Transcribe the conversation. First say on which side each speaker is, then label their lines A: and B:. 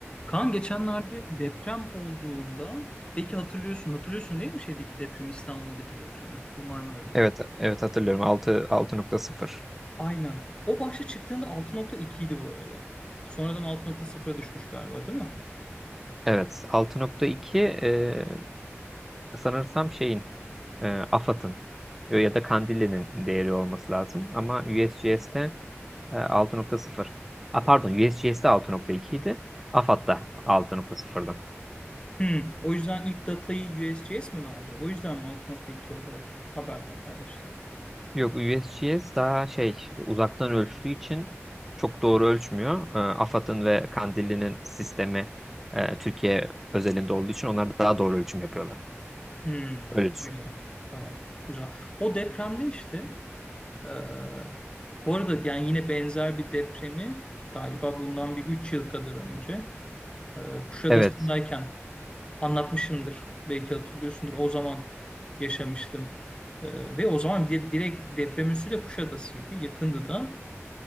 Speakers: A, on the left; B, in the centre.
A: Kaan geçenlerde deprem olduğunda belki hatırlıyorsun hatırlıyorsun değil mi şeydeki depremi İstanbul'daki depremi bu Marmara'daki.
B: Evet, evet hatırlıyorum. Altı altı nokta sıfır.
A: Aynen. O başta çıktığında 6.2 idi bu arada. Sonradan 6.0'a düşmüş galiba değil mi?
B: Evet, 6.2 e, sanırsam şeyin e, AFAD'ın e, ya da Kandilli'nin değeri olması lazım ama U S G S'te eee, altı nokta sıfır. A, pardon, U S G S'te altı USGS'te 6.2 idi. AFAD'da altı nokta sıfırdı.
A: Hmm. O yüzden ilk datayı USGS mi verdi? O yüzden mi 6.2 olarak haberler paylaştı?
B: Yok, USGS daha şey uzaktan ölçtüğü için çok doğru ölçmüyor. E, AFAD'ın ve Kandilli'nin sistemi e, Türkiye özelinde olduğu için onlar daha doğru ölçüm yapıyorlar.
A: Hmm.
B: Öyle düşün.
A: Bu yüzden. Tamam. Güzel. O depremde işte eee, bu arada yani yine benzer bir depremi galiba bundan bir 3 yıl kadar önce Ee, Kuşadası'ndayken
B: Evet.
A: anlatmışımdır. Belki hatırlıyorsundur. O zaman yaşamıştım. Ee, Ve o zaman di- direkt deprem üssü de Kuşadası'ydı. Yakındı da.